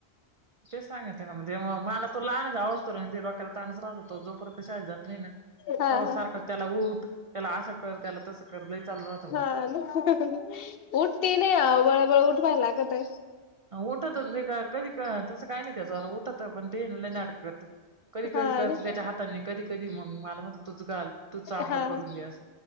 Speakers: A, on the right (about 55°); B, on the left (about 65°).
A: ते सांगत म्हणते नं म्हणजे मला तो लहानच जाऊसतवर डोक्याला तानच राहतो जोपर्यंत शाळेत जात नाय ना
B: हा
A: तवर
B: हा
A: सारखां त्याला उठ त्याला असं कर त्याला तसं कर लई चालू राहत म
B: हा उठती नाही आओ बळ बळ उठवाया लागतय.
A: उठत नाही का कधी क तस काय नाय त्याजवाल उठत पण ते ये ना लई नाटक करत कधी
B: हा
A: कधी करत
B: ना
A: त्याच्या हाताने कधी कधी मग मला म्हणत तूच घाल तूच आंघोळ
B: हा
A: करून दे अस,